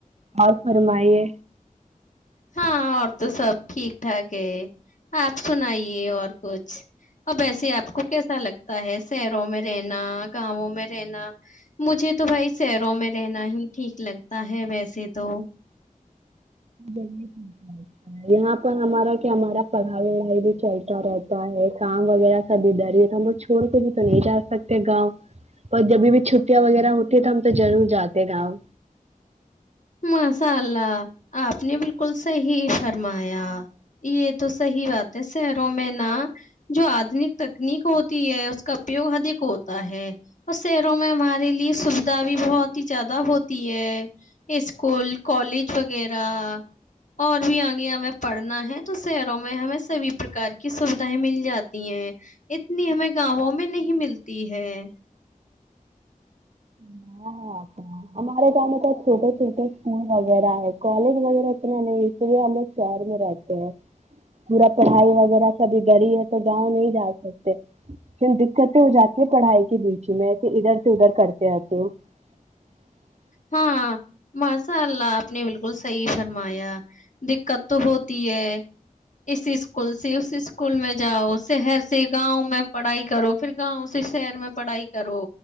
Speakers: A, on the right; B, on the left.
A: اور فرمائیے
B: ہاں اور تو سب ٹھیک ٹھاک ہے آپ سنائیے اور کچھ اور ویسے آپ کو کیسا لگتا ہے شہروں میں رہنا گاؤوں میں رہنا مجھے تو بھائی شہروں میں رہنا ہی ٹھیک لگتا ہے ویسے تو
A: ی یہاں پر ہمارا کیا ہمارا پڑھائی وڑھائی بھی چلتا رہتا ہے کام وغیرہ سب ادھر ہی ہے تو ہم لوگ چھوڑ کے بھی تو نہیں جا سکتے گاؤں اور جبھی بھی چھٹیاں وغیرہ ہوتی ہے تو ہم تو ضرور جاتے گاؤں
B: ماشاء اللہ آپ نے بالکل صحیح فرمایا یہ تو صحی بات ہے شہروں میں نا جو آدنک تکنیک ہوتی ہے اس کا اپیوگ ادھک ہوتا ہے اور شہروں میں ہمارے لیے سوھا بھی بہت ہی زیادہ ہوتی ہے اسکول کالج وغیرہ اور بھی آگے ہمیں پڑھنا ہے تو شہروں میں ہمیں سبھی پرکار کی سوھائیں مل جاتی ہیں اتنی ہمیں گاؤوں میں نہیں ملتی ہے
A: آ ہمارے گاؤں میں تو چھوٹے چھوٹے اسکول وغیرہ ہے کالج وغیرہ اتنا نہیں ہے اسی لیے ہم لوگ شہر میں رہتے ہیں پورا پڑھائی وغیرہ سبھی گڑی ہے تو گاؤں نہیں جا سکتے پ دقتیں ہو جاتی ہے پڑھائی کے بیچے میں تو ادھر سے ادھر کرتے ہیںتے <unintelligible>
B: ہاں ماشاء اللہ آپ نے بالکل صحیح فرمایا دقت تو ہوتی ہے اس اسکول سے اس اسکول میں جاؤ شہر سے گاؤں میں پڑھائی کرو پھر گاؤں سے شہر میں پڑھائی کرو